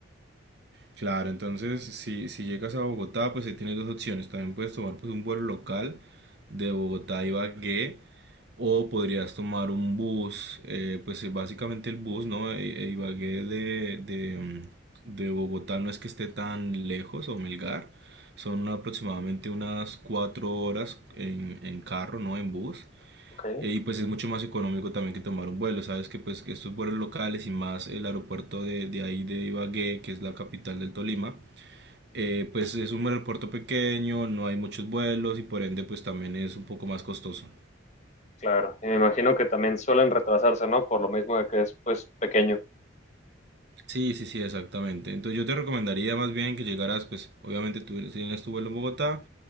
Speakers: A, on the right (about 55°); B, on the left (about 35°).
A: Claro, entonces si, si llegas a Bogotá, pues ahí tienes dos opciones. También puedes tomar pues un vuelo local de Bogotá a Ibagué o podrías tomar un bus, eh, pues eh, básicamente el bus, ¿no? Eh, eh, Ibagué de, de, mm, de Bogotá no es que esté tan lejos o Melgar, son aproximadamente unas cuatro horas en, en carro, ¿no? En bus.
B: Ok.
A: Eh, y pues es mucho más económico también que tomar un vuelo, sabes que pues que estos vuelos locales y más el aeropuerto de, de ahí de Ibagué, que es la capital del Tolima, eh, pues es un aeropuerto pequeño, no hay muchos vuelos y por ende pues también es un poco más costoso.
B: Claro, y me imagino que también suelen retrasarse, ¿no? Por lo mismo de que es, pues, pequeño.
A: Sí, sí, sí, exactamente. Entonces yo te recomendaría más bien que llegaras, pues obviamente tú si tienes tu vuelo en Bogotá,